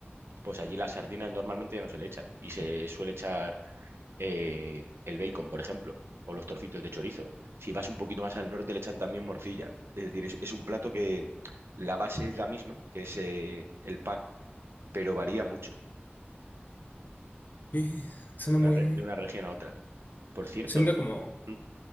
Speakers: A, on the right; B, on the left.
A: pues allí las sardinas normalmente ya no se le echan y se suele echar eh, el bacon, por ejemplo, o los trocitos de chorizo. Si vas un poquito más al norte, le echan también morcilla. Es decir, es, es un plato que la base es la misma, que es eh, el pan, pero varía mucho
B: Y suena
A: de una,
B: muy
A: re- de una región a otra. Por cierto,
B: Suena como
A: mm,